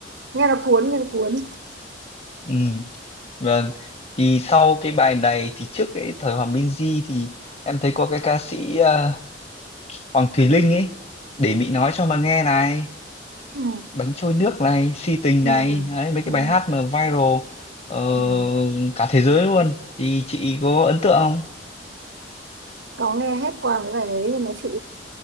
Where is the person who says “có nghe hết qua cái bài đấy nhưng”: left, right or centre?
Right